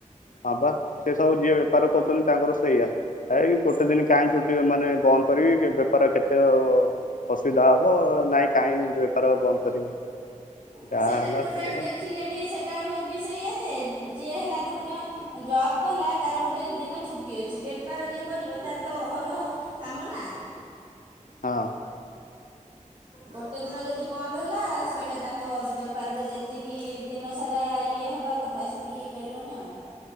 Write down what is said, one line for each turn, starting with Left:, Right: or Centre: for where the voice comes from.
Left: ହଁବା ସେ ସବୁ ଯିଏ ବେପାର କରୁଛନ୍ତି ତାଙ୍କର ସେଇଆା ଏ ଗୋଟେ ଦିନ କାହିଁ ଛୁଟି ମାନେ ବନ୍ଦ କରିବି ବେପାର କେତେ ଅସୁବିଧା ହବ ନାଇଁ କାଇଁ ବେପାର ବନ୍ଦ କରିବି
Right: ଆ
Left: ଯାହା
Right: ସେଟା
Left: ହେଲା
Right: ବି ଗୋଟେ
Left: ସେୟା।
Right: ଆଡ଼ୁ ଦେଖିଲେ ବି ସେଇଟା ବି ସେଇଆ ଯେ ଯିଏ ହେଲା ଧନ୍ୟ ଜବ୍ କଲା ତାର ଗୋଟେ ଦିନ ଛୁଟି ଅଛି ବେପାର ଯିଏ କରିବ ତାର ତ ଅହରହ କାମ ନା।
Left: ହଁ।
Right: ଗୋଟେ ଦିନ ଯଦି ବନ୍ଦ ହେଲା ସଇଲା ତାଙ୍କ ବେପାରରେ ଯେତିକି ଦିନସାରା ଇଏ ହେବା କଥା କଥା ସେତିକି ହେଇପାରିବନି ଆଉ।